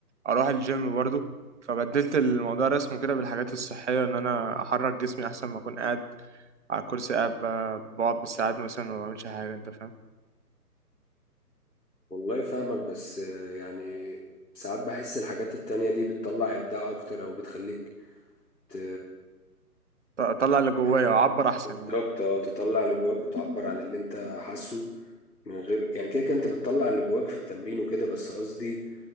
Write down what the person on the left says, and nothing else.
والله فاهمك بس آه، يعني ساعات بحس الحاجات التانية دي بتطلع إبداع أكتر أو بتخليك ت...
يعني
بالظبط
اه تطلع اللي جواك وتعبر عن اللي أنت حاسه من غير يعني كده كده أنت بتطلع اللي جواك في التمرين وكده بس قصدي